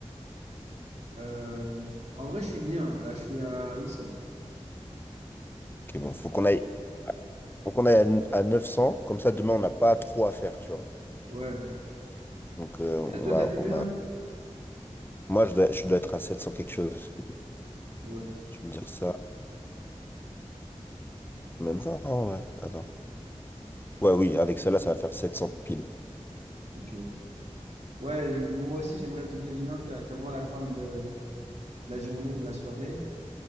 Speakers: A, on the right; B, on the left.
A: Euh, en vrai, je suis bien. Là, je suis à 800.
B: Ok,
A: Toi,
B: bon, faut qu'on aille, faut qu'on aille à, à 900, comme ça demain on n'a pas trop à faire, tu vois.
A: ouais.
B: Donc euh, on
A: Et toi,
B: va,
A: t'as combien?
B: on va. Moi je dois, je dois être à sept cents quelque chose.
A: Ouais,
B: Je vais me dire ça, même pas, hein, ouais, attends. Ouais, oui, avec celle-là ça va faire 700 piles.
A: ok. Ouais, j- moi aussi, j'aimerais bien bien qu'a- qu'avant la fin de, le- de la journée ou de la soirée,